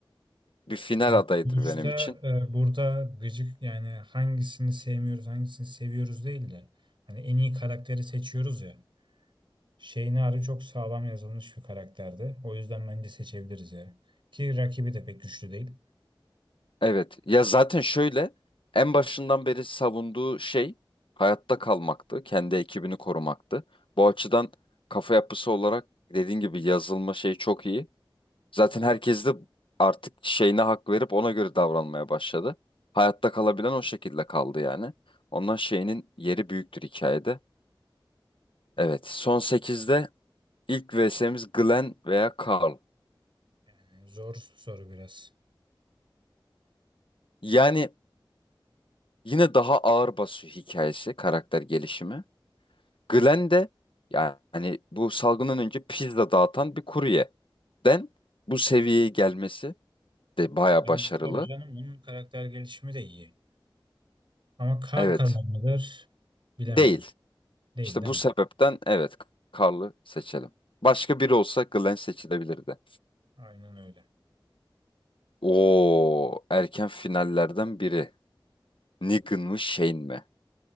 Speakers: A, on the left; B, on the right.
A: bir final
B: Evet.
A: adayıdır
B: Sonuçta
A: benim için.
B: e, burada gıcık yani hangisini sevmiyoruz, hangisini seviyoruz değil de hani en iyi karakteri seçiyoruz ya. Şeynari çok sağlam yazılmış bir karakterdi. O yüzden bence seçebiliriz ya. Ki rakibi de pek güçlü değil.
A: Evet. Ya zaten şöyle en başından beri savunduğu şey hayatta kalmaktı. Kendi ekibini korumaktı. Bu açıdan kafa yapısı olarak dediğin gibi yazılma şeyi çok iyi. Zaten herkes de artık şeyine hak verip ona göre davranmaya başladı. Hayatta kalabilen o şekilde kaldı yani. Ondan şeyinin yeri büyüktür hikayede. Evet. Son sekizde. İlk vs'miz Glenn veya Carl.
B: Yani zor soru biraz.
A: Yani yine daha ağır basıyor hikayesi, karakter gelişimi. Glenn de yani bu salgından önce pizza dağıtan bir kuryeden bu seviyeye gelmesi de baya
B: Evet,
A: başarılı.
B: tabii canım onun karakter gelişimi de iyi. Ama kal
A: Evet,
B: kalan mıdır? Bilemedim.
A: değil.
B: Değil
A: İşte
B: değil
A: bu
B: mi?
A: sebepten evet Carl'ı seçelim. Başka biri olsa Glenn seçilebilirdi.
B: Aynen öyle.
A: Oo, erken finallerden biri. Negan mı Shane mi?